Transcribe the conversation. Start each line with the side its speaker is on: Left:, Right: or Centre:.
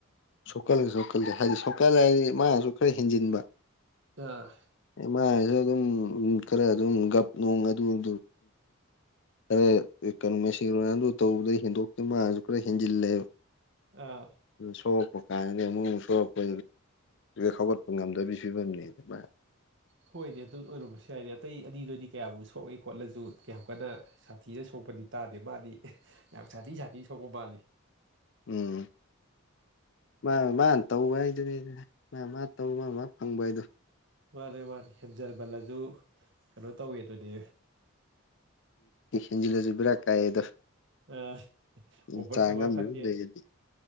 Left: ꯁꯣꯛꯀꯜꯂ ꯁꯣꯛꯀꯜꯂꯦ ꯍꯥꯏꯗꯤ ꯁꯣꯀꯜꯂ ꯍꯥꯏꯗꯤ ꯃꯥꯅꯁꯨ ꯈꯔ ꯍꯦꯟꯖꯤꯟꯕ
Right: ꯑꯥ
Left: ꯃꯥꯏꯁꯨ ꯑꯗꯨꯝ ꯈꯔꯥ ꯗꯨꯝ ꯒꯥꯞ ꯅꯣꯡ ꯑꯗꯨ ꯑꯗꯨ ꯈꯔ ꯀꯩꯅ ꯃꯔꯣ ꯑꯗꯨ ꯇꯧꯕꯗ ꯍꯦꯟꯗꯣꯛꯇꯦ ꯃꯥꯁꯨ ꯈꯔ ꯍꯦꯟꯖꯤꯜꯂꯦꯕ
Right: ꯑꯥ
Left: ꯁꯣꯛꯄ ꯀꯥꯏꯗꯩ ꯑꯃꯨꯛ ꯁꯛꯄ ꯍꯧꯒꯠꯄ ꯉꯝꯗꯕꯤꯁꯨ ꯐꯤꯕꯝꯅꯤ ꯑꯗꯨ ꯃꯥ
Right: ꯍꯣꯏꯅꯦ ꯑꯗꯨ ꯑꯣꯏꯔꯝꯕꯁꯨ ꯌꯥꯏꯅꯦ ꯑꯇꯩ ꯑꯅꯤꯗꯨꯗꯤ ꯀꯌꯥꯕꯨ ꯁꯣꯛꯏꯦ ꯈꯣꯠꯂꯁꯨ ꯀꯌꯥꯝ ꯀꯟꯅ ꯁꯥꯊꯤꯅ ꯁꯣꯛ ꯄꯗꯤ ꯇꯥꯗꯦ ꯃꯥꯗꯤ ꯌꯥꯝ ꯁꯥꯊꯤ ꯁꯥꯊꯤꯅꯥ ꯁꯣꯛꯄ ꯃꯥꯜꯂꯦ
Left: ꯎꯝ ꯃꯥ ꯃꯥꯅ ꯇꯧꯕ ꯍꯥꯏꯗꯨꯅꯦ ꯃꯥ ꯃꯥ ꯇꯧꯕ ꯃꯥ ꯃꯥ ꯐꯪꯕ ꯍꯥꯏꯗꯣ
Right: ꯃꯥꯅꯤ ꯃꯥꯅꯤ ꯍꯦꯟꯖꯟꯃꯜꯂꯁꯨ ꯀꯩꯅꯣ ꯇꯧꯋꯦꯗꯨꯅꯦ
Left: ꯍꯦꯟꯖꯤꯜꯂꯁꯨ ꯕꯤꯔꯥ ꯀꯥꯏꯌꯦ ꯗꯣ
Right: ꯑꯥ
Left: ꯎ
Right: ꯑꯣꯚꯔ
Left: ꯆꯥꯡ
Right: ꯆꯠꯄ
Left: ꯑꯝꯗ
Right: ꯐꯠꯇꯦ
Left: ꯗꯨꯝ ꯂꯩꯔꯗꯤ